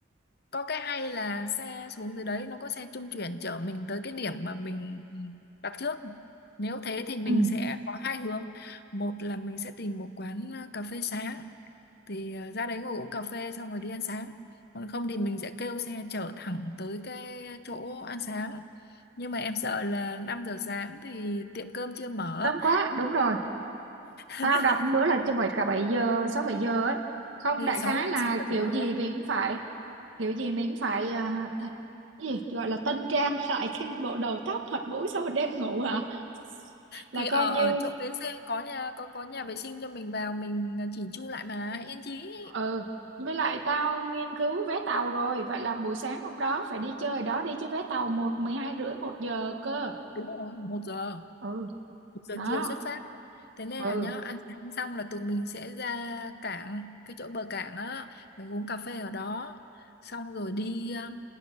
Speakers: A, on the left (about 55°); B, on the right (about 70°).
A: có cái hay là xe xuống dưới đấy nó có xe trung chuyển chở mình tới cái điểm mà mình đặt trước nếu thế thì mình
B: ừ
A: sẽ có hai hướng một là mình sẽ tìm một quán ờ, cà phê sáng thì ờ, ra đấy ngồi uống cà phê xong rồi đi ăn sáng còn không thì mình sẽ kêu xe chở thẳng tới cái chỗ ăn sáng nhưng mà em sợ là 5 giờ sáng thì tiệm cơm chưa mở
B: sớm quá đúng rồi tao
A: <laughs>
B: đọc một bữa là chứ phải cả 7 giờ 6 7 giờ ấy không
A: thì
B: đại
A: sáu
B: khái là
A: sáu bảy
B: kiểu
A: giờ
B: gì
A: đó
B: mình cũng phải kiểu gì mình cũng phải à, cái gì gọi là tân trang <laughs> lại cái bộ đầu tóc mặt mũi sau một đêm ngủ hả là
A: thì
B: coi
A: ở
B: như
A: ở chỗ bến xe có nhà có có nhà vệ sinh cho mình vào mình chỉnh chu lại mà yên chí
B: ừ với lại tao nghiên cứu vé tàu rồi vậy là buổi sáng hôm đó phải đi chơi đó đi chứ vé tàu một mười hai rưỡi một giờ cơ
A: đúng rồi một giờ
B: ừ
A: một giờ
B: đó
A: chiều xuất phát thế nên
B: ừ
A: là nhá ăn sáng xong là tụi mình sẽ ra cảng cái chỗ bờ cảng á mình uống cà phê ở đó xong rồi đi ờ,